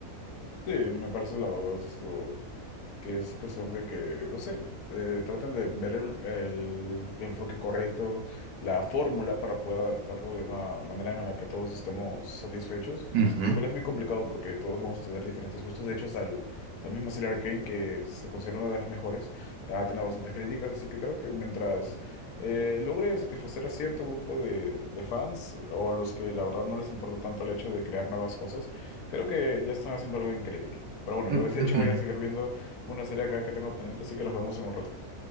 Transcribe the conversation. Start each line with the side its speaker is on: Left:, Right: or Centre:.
Left: Sí, me parece la verdad esto. que es cuestión de que, no sé, eh, traten de ver el, el enfoque correcto, la fórmula para poder adaptarlo de una manera en la que todos estemos satisfechos,
Right: Ujú.
Left: lo cual es muy complicado porque todos vamos a tener diferentes gustos. De hecho, hasta el- la misma serie Arcane, que se considera una de las mejores, ha tenido bastantes críticas, así que creo que mientras eh, logre satisfacer a cierto grupo de, de fans o a los que la verdad no les importa tanto el hecho de crear nuevas cosas, creo que ya están haciendo algo increíble. Pero bueno,
Right: Mm,
Left: yo de
Right: Ujú.
Left: hecho voy a seguir viendo una serie acá que tengo pendiente, así que nos vemos en un rato.